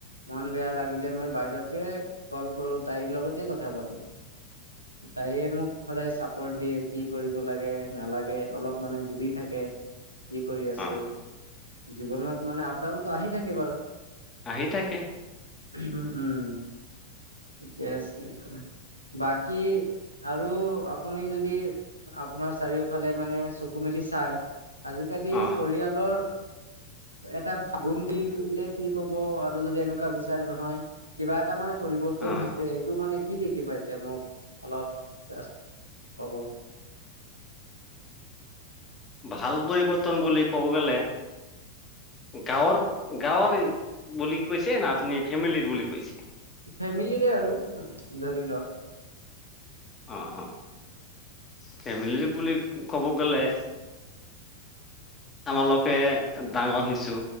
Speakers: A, on the right; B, on the left.
A: মন বেয়া লাগিলে মই বাইদেওকে কল কৰো তাইৰ লগতে কথা পাতো। তায়ে মোক সদায় চাপৰ্ট দিয়ে। কি কৰিব লাগে নালাগে। অলপ মানে সুধি থাকে কি কৰি আছো।
B: অ',
A: জীৱনত মানে আপ ডাউনতটো আহি থাকে বাৰু।
B: আহি থাকে।
A: হু উম ঠিকে আছে। বাকী আৰু আপুনি যদি আপোনাৰ চাৰিওফালে মানে চকু মেলি চাই, আজিকালি
B: অ',
A: পৰিয়ালৰ এটা গুণ দিলে কি কব আৰু যদি এনেকুৱা বিচাৰে নহয়, কিবা এটা মানে পৰিৱৰ্তন
B: অ',
A: হৈছে সেইটো মানে কি দেখি পাইছে? মোক অলপ জাস্ট‌ ক'ব
B: ভাল পৰিৱৰ্তন বুলি ক'ব গ'লে গাঁৱৰ গাঁৱৰ এ বুলি কৈছে না আপুনি ফেমিলিৰ বুলি কৈছে?
A: ফেমিলিৰে আৰু ধৰি লওঁক।
B: অঁ অঁ ফেমিলি বুলি ক'ব গ'লে আমালকে ডাঙৰ হৈছো